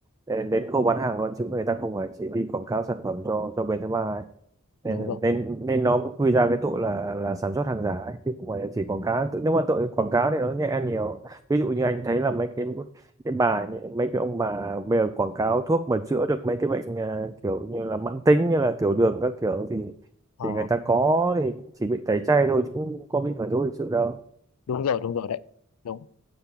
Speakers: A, on the right; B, on the left.
A: đến đến khâu bán hàng luôn chứ người ta không phải chỉ đi quảng cáo sản phẩm cho cho bên thứ ba ấy
B: đúng
A: nên
B: rồi
A: nên nên nó mới quy ra cái tội là là sản xuất hàng giả ấy. chứ không phải là chỉ quảng cáo Tự- nếu mà tội quảng cáo thì nó nhẹ hơn nhiều ví dụ như anh thấy là mấy cái cái bà nhỉ- mấy cái ông bà bây giờ quảng cáo thuốc mà chữa được mấy cái bệnh à, kiểu như là mãn tính như là tiểu đường các kiểu thì
B: ờ,
A: thì người ta có thì cũng chỉ bị tẩy chay thôi chứ cũng không có bị khởi tố hình sự đâu
B: đúng rồi đúng rồi đấy đúng